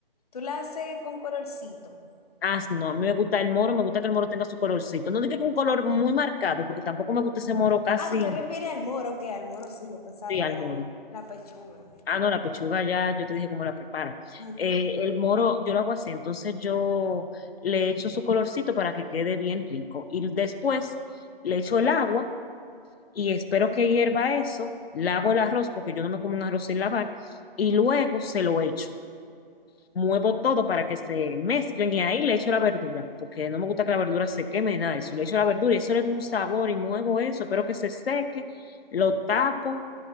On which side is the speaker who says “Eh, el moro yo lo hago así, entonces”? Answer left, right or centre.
Left